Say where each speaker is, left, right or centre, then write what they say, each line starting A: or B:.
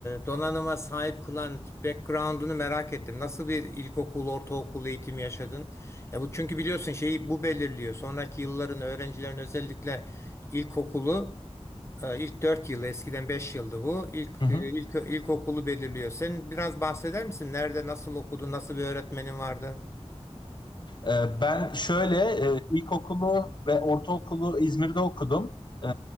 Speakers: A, on the left; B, on the left.
A: donanıma sahip kılan background'unu merak ettim. Nasıl bir ilkokul, ortaokul eğitimi yaşadın? Ya bu çünkü biliyorsun şeyi bu belirliyor. Sonraki yılların öğrencilerin özellikle ilkokulu e, ilk 4 yılı eskiden 5 yıldı bu. İlk
B: Hı hı.
A: ilk ilkokulu belirliyor. Sen biraz bahseder misin? Nerede, nasıl okudun, nasıl bir öğretmenin vardı?
B: Ee, Ben şöyle e, ilkokulu ve ortaokulu İzmir'de okudum. Ee,